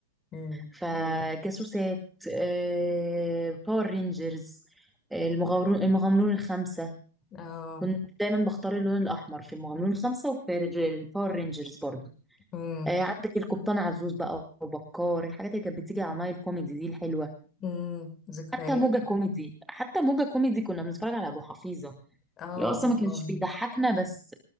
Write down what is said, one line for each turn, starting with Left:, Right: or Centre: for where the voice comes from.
Left: امم
Centre: فجاسوسات آه، باور رينجرز آه، المغامرون المغامرون الخمسة
Left: اه
Centre: كنت دايما بختار اللون الأحمر في المغامرون الخمسة وفي الباور رينجرز برضه
Left: امم
Centre: آه، عندك القبطان عزوز بقى وبكار الحاجات اللي كانت بتيجي على نايل كوميدي دي الحلوه
Left: امم ذكريات
Centre: حتى موجة كوميدي حتى موجة كوميدي كنا بنتفرج على ابو حفيظه
Left: اه
Centre: اللي هو اصلا
Left: والله
Centre: ما كانش بيضحكنا بس